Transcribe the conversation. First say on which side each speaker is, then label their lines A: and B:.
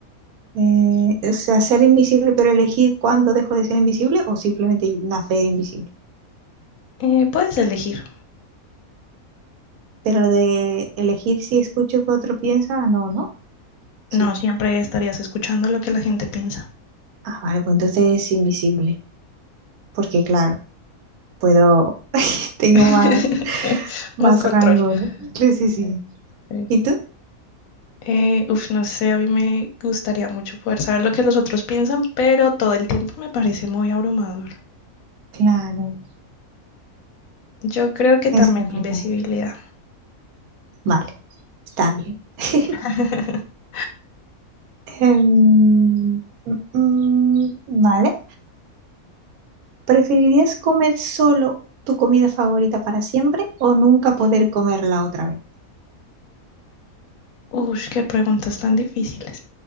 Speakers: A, on the right; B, on the left.
A: Eh, o sea, ser invisible, pero elegir cuándo dejo de ser invisible o simplemente nacer invisible.
B: Eh, puedes elegir.
A: Pero lo de elegir si escucho que otro piensa, ah, no, ¿no? Sí.
B: No, siempre estarías escuchando lo que la gente piensa.
A: Ah, vale, pues entonces es invisible. Porque claro, puedo, <laughs> tengo
B: <laughs>
A: más, más
B: Más control.
A: rango, ¿no? Sí, sí, sí.
B: Ok, ok.
A: ¿Y tú?
B: Eh, uf, no sé, a mí me gustaría mucho poder saber lo que los otros piensan, pero todo el tiempo me parece muy abrumador.
A: Claro,
B: Yo creo que
A: es
B: también
A: complicado.
B: invisibilidad.
A: Vale, está bien. <laughs>
B: <laughs>
A: Em, mm, vale. ¿Preferirías comer solo tu comida favorita para siempre o nunca poder comerla otra vez?
B: Ush, qué preguntas tan difíciles.